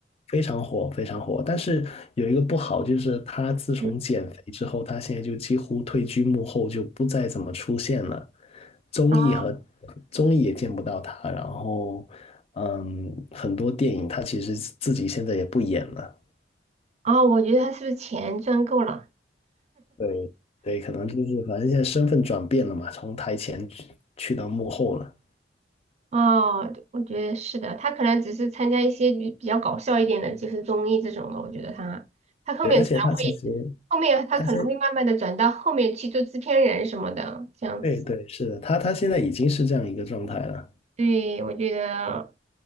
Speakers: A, on the left (about 35°); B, on the right (about 35°).
A: 非常火，非常火。但是有一个不好，就是他自从减肥之后，
B: 嗯，
A: 他现在就几乎退居幕后，就不再怎么出现了。综艺和
B: 啊
A: 综艺也见不到他，然后嗯，很多电影他其实自己现在也不演了，
B: 啊！我觉得他是不是钱赚够了？
A: 对对，可能就是反正现在身份转变了嘛，从台前去去到幕后了，
B: 哦，我觉得是的，他可能只是参加一些比比较搞笑一点的，就是综艺这种的。我觉得他他后面可能会，
A: 对，而且他其实
B: 后面他可能会慢慢的转到后面去做制片人什么的，
A: 他现
B: 这样子。
A: 对对是的，他他现在已经是这样一个状态了，
B: 对，我觉得。